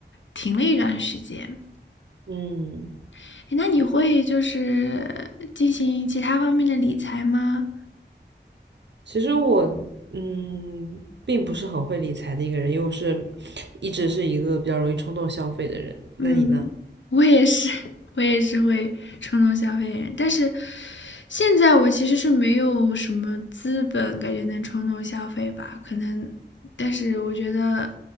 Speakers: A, on the left; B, on the right.
A: 停了一段时间。
B: <laughs> 嗯，
A: 哎，那你会就是进行其他方面的理财吗？
B: 其实我嗯并不是很会理财的一个人，因为我是一直是一个比较容易冲动消费的人。
A: 嗯，
B: 那你呢？
A: 我也是，<laughs> 我也是会冲动消费的人，但是现在我其实是没有什么资本，感觉能冲动消费吧，可能，但是我觉得